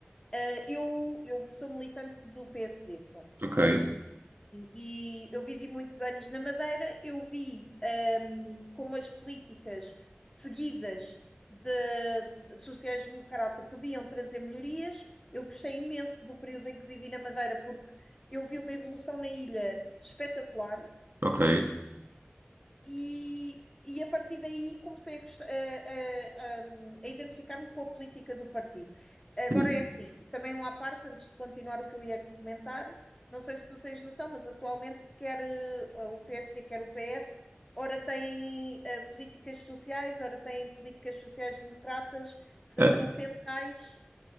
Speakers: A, on the left; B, on the right.
A: é, ah, eu, eu sou militante do PSD, pronto.
B: Ok,
A: E eu vivi muitos anos na Madeira, eu vi ah, como as políticas seguidas de sociais-democrata podiam trazer melhorias. Eu gostei imenso do período em que vivi na Madeira, porque eu vi uma evolução na ilha espetacular.
B: ok.
A: E, e a partir daí comecei a, gost- a- a- a- a identificar-me com a política do partido. Agora
B: Hum.
A: é assim, também um à parte, antes de continuar o que eu ia comentar, não sei se tu tens noção, mas atualmente quer eh, o PSD, quer o PS, ora tem eh, políticas sociais, ora tem políticas sociais democratas, portanto
B: Ah,
A: são centrais.